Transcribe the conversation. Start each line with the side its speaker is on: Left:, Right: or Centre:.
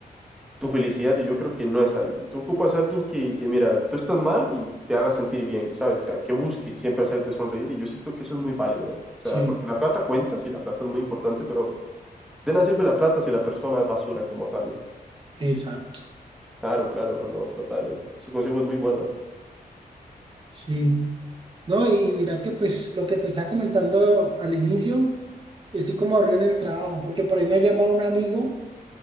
Centre: tu felicidad y yo creo que no es ahí. Tú ocupas a alguien que, que, mira, tú estás mal y te haga sentir bien, ¿sabes? O sea, que busque siempre hacerte sonreír y yo siento que eso es muy válido, ¿eh? O sea,
Right: Sí,
Centre: porque la plata cuenta, sí, la plata es muy importante, pero de nada sirve la plata si la persona es basura como tal.
Right: exacto.
Centre: Claro, claro, no, no, total, ¿eh? Su consejo es muy bueno.
Right: Sí. No, y mira que pues lo que te estaba comentando al inicio, estoy como aburrido en el trabajo, porque por ahí me ha llamado un amigo